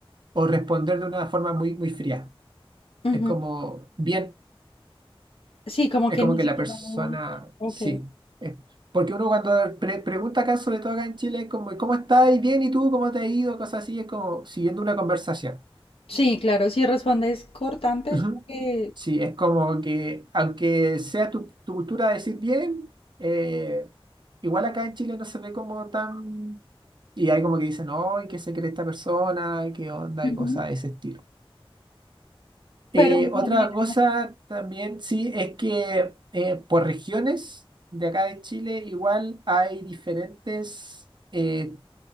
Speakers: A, on the right (about 50°); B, on the left (about 75°).
A: o responder de una forma muy, muy fría.
B: Ujú.
A: Es como, bien,
B: Sí, como
A: es
B: que
A: como
B: ni
A: que
B: siquiera...
A: la persona,
B: Ok.
A: sí. Es- porque uno cuando pre- pregunta acá, sobre todo acá en Chile, es como, ¿cómo estás? ¿Y ¿Bien? ¿Y tú? ¿Cómo te ha ido? Cosas así, es como siguiendo una conversación.
B: Sí, claro, si respondes cortante
A: Ujú.
B: es porque...
A: Sí, es como que, aunque sea tu, tu cultura decir bien, eh, igual acá en Chile no se ve como tan... Y hay como que dicen, no, ¿y qué se cree esta persona? ¿Qué onda?
B: Ujú.
A: Y cosas de ese estilo. Eh,
B: Pero en general,
A: otra cosa también, sí, es que eh, por regiones de acá de Chile igual hay diferentes eh,